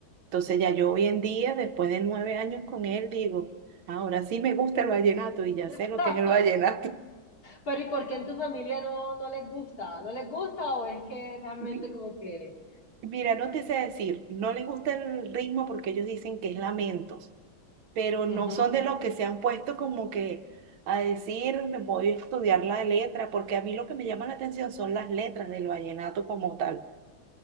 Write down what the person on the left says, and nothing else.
<laughs>
Pero ¿y por qué en tu familia no, no les gusta? ¿No les gusta o es que realmente
como que...
Ujú.